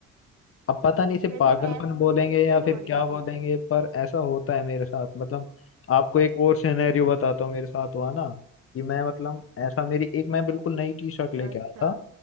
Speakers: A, on the left; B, on the right.
A: अब पता नहीं इसे
B: मेरे
A: पागलपन
B: साथ मतलब
A: बोलेंगे या
B: सही
A: फिर
B: हो रही
A: क्या
B: है
A: बोलेंगे
B: चीजें
A: पर ऐसा होता है मेरे साथ मतलब आपको एक और सिनेरियो बताता हूँ मेरे साथ हुआ ना कि मैं मतलब ऐसा मेरी एक मैं बिल्कुल नई टी शर्ट
B: अच्छा
A: लेके आया था